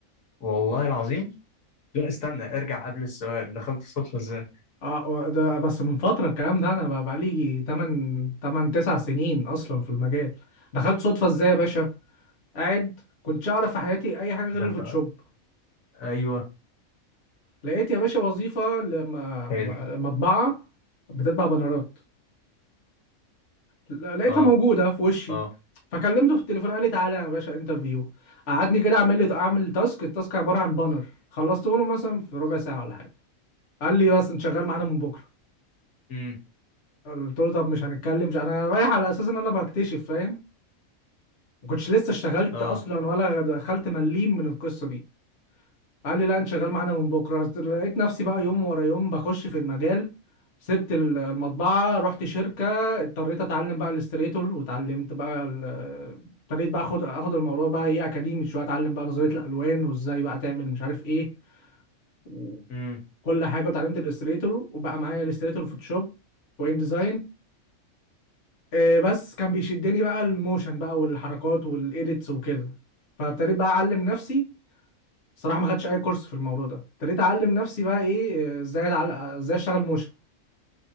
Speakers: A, on the left; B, on the left.
A: والله العظيم لا استنى ارجع قبل السؤال دخلت الصدفة ازاي؟
B: آه آه، ده بس من فتره الكلام ده انا بقى بقالي 8 8 9 سنين اصلا في المجال دخلت صدفه ازاي يا باشا قاعد كنتش اعرف في حياتي اي حاجه غير
A: ده
B: الفوتوشوب
A: أنت أيوه
B: لقيت يا باشا وظيفه لما
A: حلو
B: م- مطبعه بتطبع بانرات ل- لقيتها
A: اه
B: موجوده في وشي
A: اه
B: فكلمته في التليفون قال لي تعالى يا باشا انترفيو قعدني كده اعمل لي اعمل تاسك التاسك عباره عن بانر خلصته له مثلا في ربع ساعه ولا حاجه قال لي بس انت شغال معانا من بكره
A: امم
B: قلت له طب مش هنتكلم مش انا رايح على اساس ان انا بكتشف فاهم ما كنتش لسه اشتغلت
A: اه
B: اصلا ولا دخلت مليم من القصه دي قال لي لا انت شغال معانا من بكره لقيت نفسي بقى يوم ورا يوم بخش في المجال سبت ال- المطبعه رحت شركه اضطريت اتعلم بقى الاستريتور واتعلمت بقى ال- ابتديت بقى اخد اخد الموضوع بقى ايه اكاديمي شويه اتعلم بقى نظريه الالوان وازاي بقى تعمل مش عارف ايه وكل
A: امم
B: حاجه واتعلمت الاستريتور وبقى معايا الاستريتور فوتوشوب وان ديزاين آه، بس كان بيشدني بقى الموشن بقى والحركات والايديتس وكده فابتديت بقى اعلم نفسي صراحه ما خدتش اي كورس في الموضوع ده ابتديت اعلم نفسي بقى ايه ازاي اتعلق ازاي اشتغل موشن